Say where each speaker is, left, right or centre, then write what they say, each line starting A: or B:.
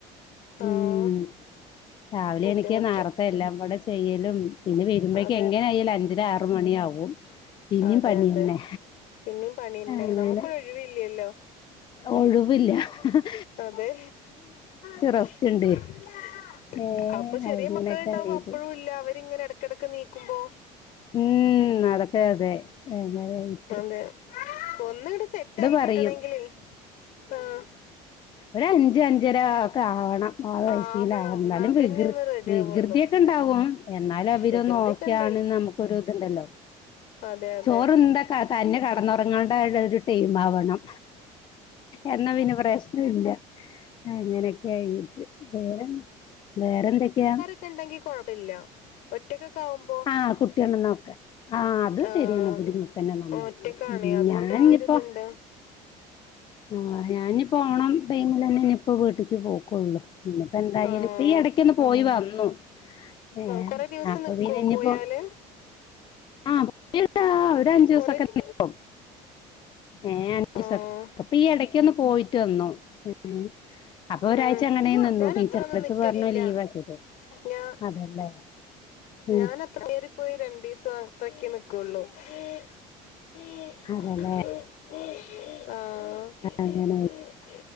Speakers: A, on the left (about 65°); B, on the left (about 35°).
A: ആഹ്
B: ഉം രാവിലെ
A: ബുദ്ധിമുട്ട്
B: എണീക്ക നേർത്തെ എല്ലാം കൂടെ ചെയ്യലും പിന്നെ വരുമ്പോഴേക്ക്
A: അതെ
B: എങ്ങനെെയായാലും അഞ്ചര ആറ് മണിയാവും പിന്നും
A: അതെ
B: പണിയല്ലേ
A: അതെ പിന്നിം പണിന്നെ
B: അങ്ങനെ
A: നമുക്കൊരു ഒഴിവില്ലല്ലോ
B: ഒഴ്‌വില്ല്യ. <inaudible>
A: അതെ. <inaudible>
B: റെസ്റ്റ് ഉണ്ട്
A: <unintelligible>
B: ഏ
A: അപ്പൊ ചെറിയ
B: അങ്ങനൊക്കെ
A: മക്കൾ ണ്ടാവുമ്പോ
B: ആയിട്ട്
A: അപ്പഴും ല്ല. അവരിങ്ങനെട ക്ക്. കിടക്ക നീക്കുമ്പോ?
B: ഉംമ്മ്, അതൊക്കെ തെ യങ്കര വിറ്റ്.
A: തെ, ഒന്ന്ങ്ങ്ട് സെറ്റ് ആയി
B: പറയും
A: കിട്ടണെങ്കില്. ആഹ്.
B: ഒരു അഞ്ച് അഞ്ചരാ ഒക്കെ ആവണം ആറ് വയസീല
A: ആവണം
B: ആവ എന്നാലും
A: എന്നാ തന്നെ
B: വികൃ
A: ഒന്ന് റെഡി
B: വികൃതിയെ.
A: ആവുള്ളൂ
B: ണ്ടാവും എന്നാലും അവര്
A: വികൃതിയൊക്കെ
B: ന്നോക്കയാണ്
A: ഉണ്ട്
B: ന്ന് നമുക്കൊരുത് ണ്ടല്ലോ?
A: അതെ അതെ
B: ചോറ്ന്ത ക്ക തന്നെ കെടന്നുറ ങ്ങേണ്ട ഒരു രു ടൈം ആവണം. എന്നാ പിന്നെ പ്രശ്ന ഇല്ല. അങ്ങനെയൊക്കെ ആയിട്ട് വേറെ ന്ത്‌ വേറെ എന്തൊക്കെയാ?
A: ക്ക ണ്ടെങ്കി കൊഴ്പല്ല. ഒറ്റക്കക്കാവുമ്പോ
B: ആഹ് കുട്ടികളെ നോക്കാൻ ആഹ് അത്
A: ആഹ്.
B: ശരിയാണ് ബുദ്ധിമുട്ടന്നെ നമ്മക്ക്
A: ഒറ്റക്കാണെ
B: ഉം
A: അതോണ്ട്
B: ഞാനിപ്പോ
A: ആ ഒ ഒരു ഇതുണ്ട്.
B: ആഹ്, ഞാഞ്ഞി പ്പോ ഓണം ടൈമിലെ ന്നെ ഞ്ഞിപ്പോ. പ്പൊ വീട്ടിക്ക് പോക്കൊള്ളു. പിന്നെപ്പ ന്തായാലും
A: ആഹ്
B: ഇപ്പൊ, ഈ ഇടക്കൊന്ന് പോയി വന്നു. യേം,
A: കൊറെ ദിവസം
B: അപ്പൊ
A: നിക്കോ
B: പിനഞ്ഞിപ്പോ?
A: പോയാല്
B: ആഹ് <unintelligible> ഒരഞ്ചുസക്കെനിക്കും.
A: കൊറെ ദി
B: ഏ, <unintelligible>
A: ആഹ്
B: അപ്പൊ ഈ ഇടക്കൊന്ന് പോയിട്ട് വന്നോ? പിന്നെ അപ്പൊ ഒരാഴ്ച
A: ഉം
B: അങ്ങനെ നിന്നു.
A: ഞാൻ
B: ടീച്ചർ
A: അത്രൊന്നും
B: ന്റെട്ത്ത്
A: നിക്കലില്ല
B: പറഞ്ഞു ലീവ് ആക്കീട്ട്.
A: ഞാ
B: അതല്ലേ? ഉം
A: ഞാൻ അത്ര ഏറി പോയ, രണ്ടീസം അത്രക്കേ നിക്കൊള്ളു? <unintelligible>
B: അതല്ലേ
A: ആഹ്. <unintelligible>
B: അങ്ങനെ